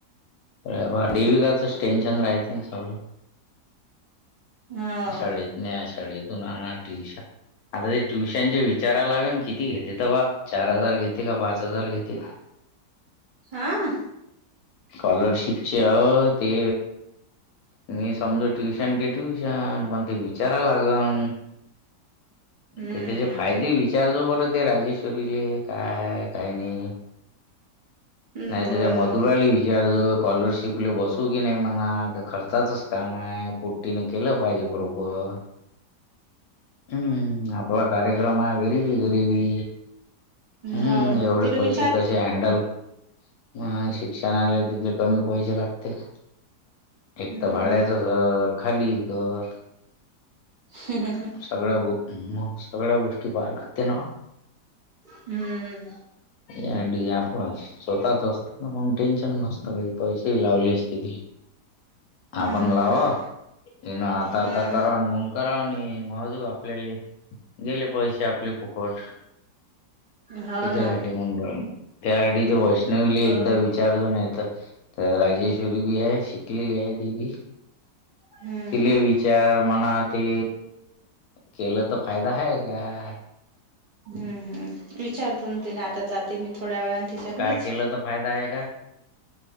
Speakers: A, on the left; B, on the right.
A: काय वा डीवीगचाच टेन्शन राहते ना सगळं.
B: हो
A: शाळेत न्या, शाळेतून आणा ट्युशन. आता ते ट्युशनचे विचारायला लागे किती घेते, तर बा चार हजार घेते का पाच हजार घेते.
B: हां.
A: स्कॉलरशिपचे अं... ते मी समजू ट्युशन, ते ट्युशन पण ते विचारा लागन.
B: हम्म
A: ते त्याचे फायदे विचारतो बरं ते राजेश्वरीले काय काय नाही
B: हम्म
A: नाही
B: बर
A: त्या, मधुराल विचारतो. स्कॉलरशिपले बसू की नाही म्हणा का खर्चाचच काम आहे पोट्टीने केलं पाहिजे बरोबर. हम्म. आपल कार्यक्रम आहे गरीबी गरीबी. हम्म.
B: हो ना
A: एवढे
B: तिला
A: पैसे
B: विचारतो
A: कैसे
B: ना
A: हॅंडल. मग शिक्षणाला तिथं कमी पैसे लागते का, एक
B: हम्म
A: तर भाड्याचं. घर खाली कर.
B: हम हम हम
A: सगळ गं मग सगळ्या गोष्टी पहायला लागते नवं.
B: हम्म.
A: याड आपलं स्वतःच असत ना, पण टेन्शन नसतं काही पैसेही लावले असते ती.
B: हम्म
A: आपण लावा हेना आता आता
B: हम्म
A: करा मग करा म्हणे. म अजूक आपल्याले गेले पैशे आपले फुकट.
B: हम्म हो
A: त्याच्यासाठी
B: ना
A: म्हण राहले, त्यासाठी ते वैष्णविले
B: ब
A: एकदा विचा चार जण हेत, तर राजेश्वरी बी आहे. विकलेली आहे ती बी
B: हम्म
A: तिले विचार म्हणा ते केलं तर फायदा आहे का?
B: हम्म हम्. विचारतो न दिले आता जातो. ते मी थोड्या वेळान, तिच्याकडेच
A: काय केलं तर फायदा आहे का